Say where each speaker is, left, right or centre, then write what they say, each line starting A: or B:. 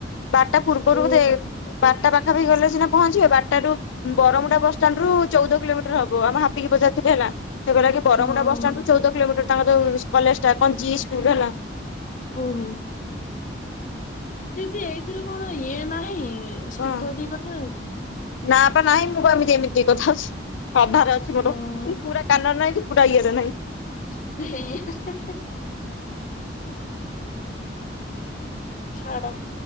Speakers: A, on the left; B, on the left.
A: ବାରଟା ପୂର୍ବରୁ
B: ଓ
A: ବୋଧେ ବାରଟା ପାଖାପଖି ଗଲେ ସିନା ପହଞ୍ଚିବେ ବାରଟା ରୁ ବରମୁଣ୍ଡା ବସଶ୍ଟାଣ୍ଡ ରୁ ଚଉଦ କିଲୋମିଟର ହବ ଆମ ହାପିକି ପଚାରୁଥିଲି ହେଲା। ସେ କହିଲା କି
B: ହଁ।
A: ବରମୁଣ୍ଡା ବସ ଷ୍ଟାଣ୍ଡ ରୁ ଚଉଦ କିଲୋମିଟର ତାଙ୍କ ଯୋଉ କଲେଜ ଟା କଞ୍ଚି ସ୍କୁଲ ହେଲା।
B: ଓହୋ ଦିଦି ଏଇଥିରୁ କଣ ଇଏ ନାହିଁ। ସ୍ପିକର
A: କଣ
B: ଦେଇ କଥା ହବାକୁ।
A: ନା ବା ନାହିଁ ମୁଁ ବା ଏମିତି ଏମିତି କଥା ହଉଚି ଅଧାରେ ଅଛି ମୋର
B: ହଁ
A: ପୁରା କାନ ରେ ନାହିଁକି। ପୁରା ଇଏ ରେ ନାହିଁ।
B: ସେୟା। ଛାଡ।